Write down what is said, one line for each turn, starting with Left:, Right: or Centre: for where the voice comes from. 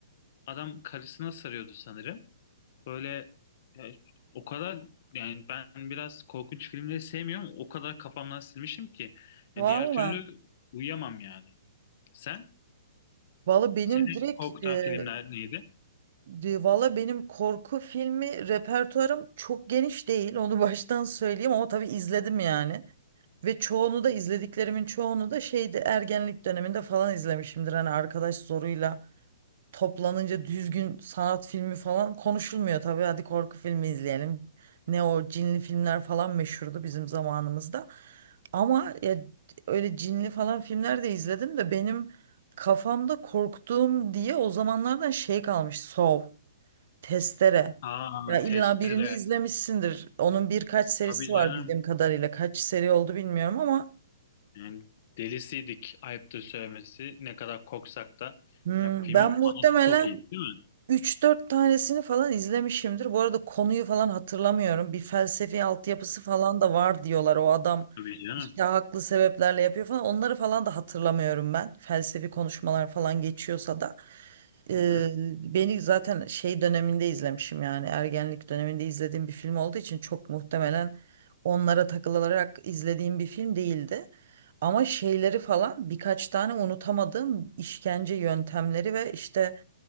Left: Adam karısına sarıyordu sanırım. Böyle ya, o kadar yani ben biraz korkunç filmleri sevmiyorum. O kadar kafamdan silmişim ki. Ya
Right: Valla.
Left: diğer türlü uyuyamam yani. Sen?
Right: Valla benim
Left: Seni
Right: direkt
Left: korkutan
Right: e,
Left: filmler neydi?
Right: De- Valla benim korku filmi repertuarım çok geniş değil. Onu <laughs> baştan söyleyeyim ama tabii izledim yani. Ve çoğunu da izlediklerimin çoğunu da şeydi ergenlik döneminde falan izlemişimdir. Hani arkadaş zoruyla toplanınca düzgün sanat filmi falan konuşulmuyor tabii. Hadi korku filmi izleyelim. Ne o cinli filmler falan meşhurdu bizim zamanımızda. Ama ya, öyle cinli falan filmler de izledim de benim kafamda korktuğum diye o zamanlardan şey kalmış. Saw. Testere.
Left: Aa,
Right: Ya illa
Left: Testere.
Right: birini izlemişsindir. Onun birkaç serisi
Left: Tabii
Right: var
Left: canım.
Right: bildiğim kadarıyla. Kaç seri oldu bilmiyorum ama
Left: Yani delisiydik ayıptır söylemesi. Ne kadar koksak da.
Right: hmm,
Left: Ya filmin
Right: ben muhtemelen
Left: panosu çok iyi değil mi?
Right: Üç dört tanesini falan izlemişimdir. Bu arada konuyu falan hatırlamıyorum. Bir felsefi altyapısı falan da var diyorlar. O adam
Left: Tabii canım.
Right: işte haklı sebeplerle yapıyor falan. Onları falan da hatırlamıyorum ben. Felsefi konuşmalar falan geçiyorsa da. Ee,
Left: Hı hı.
Right: beni zaten şey döneminde izlemişim yani ergenlik döneminde izlediğim bir film olduğu için çok muhtemelen onlara takılarak izlediğim bir film değildi. Ama şeyleri falan birkaç tane unutamadığım işkence yöntemleri ve işte